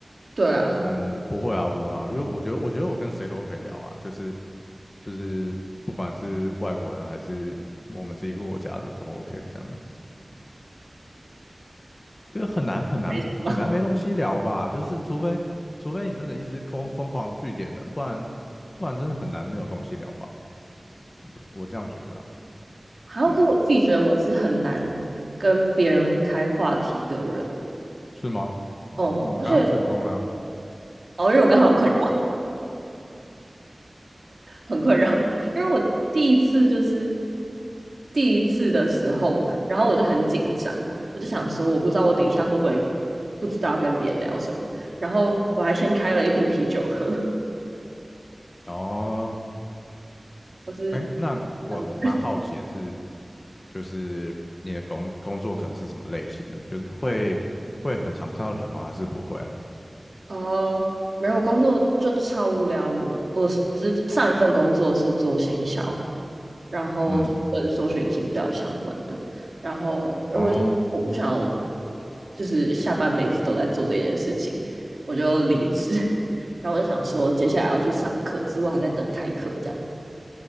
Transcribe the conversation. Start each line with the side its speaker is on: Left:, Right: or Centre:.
Right: 对啊，
Left: 嗯，不会啊，不会啊，因为我觉得我觉得我跟谁都可以聊啊，就是就是不管是外国人还是我们自己国家的都 OK 这样，因为很难很难很难没东西聊吧，
Right: 开心吗？
Left: 就是除非除非你真的一直疯疯狂聚点人，不然不然真的很难没有东西聊吧，我我这样觉得啊，
Right: 还要跟我自己觉得我是很难跟别人开话题的人
Left: 嗯，是吗？
Right: 哦，
Left: 嗯你刚刚成功了啊
Right: 而且哦，因为我刚好有困扰，很困扰，因为我第一次就是第一次的时候，然后我就很紧张，我就想说，我不知道我等一下会不会不知道要跟别人聊什么，然后我还先开了一瓶啤酒喝，
Left: 哦，
Right: 我是
Left: 哎，那我蛮好奇的是，
Right: 这样的人
Left: 就是你的工工作可能是什么类型的？就是会会很常看到人吗？还是不会啊？
Right: 哦，没有，工作就超无聊，我我之上一份工作是做行销，然后跟搜寻引擎比较有相关的。
Left: 嗯，
Right: 然后呃我就我不想要
Left: 哦，
Right: 就是下半辈子都在做这件事情，我就离职。<laughs> 然后我就想说，接下来要去上课，之后还在等开课，这样